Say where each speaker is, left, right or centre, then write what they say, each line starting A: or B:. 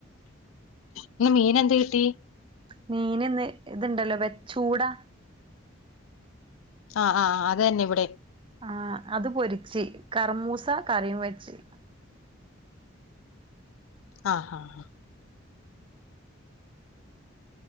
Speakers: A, on the left; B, on the right.
A: ഇന്ന് മീനെന്തേ കിട്ടി
B: മീന് ഇന്ന് ഇത്ണ്ടല്ലോ വെ ചൂടാ
A: ആഹ് ആഹ് അത് തന്നെ ഇവിടേം
B: ആഹ് അത് പൊരിച്ച് കർമൂസ കറിയും വെച്ച്
A: ആഹ് ആഹ് ആഹ്